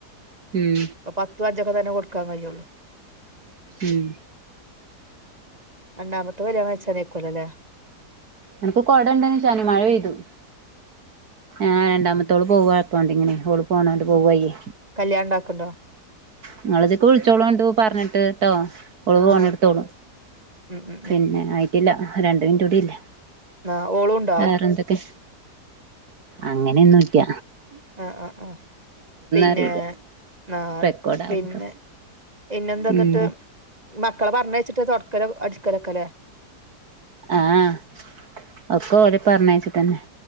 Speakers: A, on the right; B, on the right.
A: ഉം
B: പത്തു അഞ്ചൊക്കെ തന്നെ കൊടുക്കാൻ കയ്യൂള്ളൂ
A: ഉം
B: രണ്ടാമത്തെ <unintelligible> ലല്ലേ
A: എനക്ക് കുട ഉണ്ടേന്ന് ശാനി മഴ പെയ്തു ആഹ് രണ്ടാമത്തോള് പോവ അകൗണ്ടിങ്ങിന് ഓള് പോണണ്ട് പോവയ്യേ
B: ഉം കല്യാണം ഇണ്ടാക്ക്ണ്ടോ
A: നിങ്ങളതിക്ക് വിളിച്ചോളുണ്ട് പറഞ്ഞിട്ട് ട്ടോ ഒള്
B: ആഹ്
A: ഫോണെടുത്തോളു
B: ആയിക്കോട്ടെ ഉം ഉം ഉം
A: പിന്നെ ആയിട്ടില്ല രണ്ട് മിൻറ്റൂടിയില്ലേ
B: ആഹ് ഓളോണ്ടോ
A: വേറെന്തൊക്കെ അങ്ങനെയൊന്നു ല്ല
B: ആഹ് ആഹ് ആഹ് പിന്നെ
A: അറിയില്ല
B: ആഹ്
A: റെക്കോർഡ് ആവുമ്പോ
B: പിന്നെ പിന്നെന്തന്നിട്ട്
A: ഉം
B: മക്കള പറഞ്ഞയച്ചിട്ടെ തൊ <unintelligible> അടിക്കലൊക്ക ലേ
A: ആഹ് ഒക്കെ ഓല പറഞ്ഞയച്ചിട്ടന്നെ